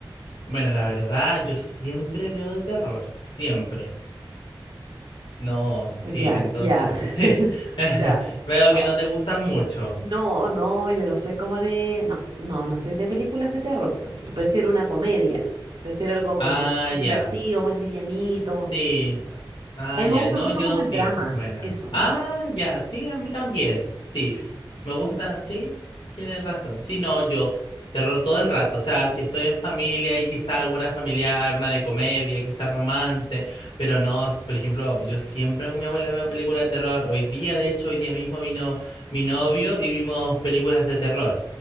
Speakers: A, on the left; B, on the right.
A: Bueno, la verdad, yo siempre veo de terror, siempre. No,
B: Ya,
A: sí, entonces,
B: ya,
A: <laughs> sí.
B: <laughs>
A: <laughs>
B: ya.
A: Veo
B: No,
A: que no te gustan mucho.
B: no, no, yo no soy como de, no, no, no soy de películas de terror. porque tú prefiero una comedia, prefiero algo
A: Ah,
B: como más
A: ya.
B: divertido, más livianito.
A: Sí. Ah,
B: A mí me
A: ya.
B: gusta
A: No,
B: mucho
A: yo
B: como
A: sí.
B: el drama,
A: Buena.
B: eso.
A: Ah, ya. Sí, a mí también. Sí. Me gusta. Sí, tienes razón. Sí, no, yo. Terror todo el rato. O sea, si estoy en familia y quizá alguna familiar, una de comedia, quizá romance. Pero no, s- por ejemplo, yo siempre con mi abuela veo películas de terror. Hoy día, de hecho, hoy día mismo vino mi novio y vimos películas de terror.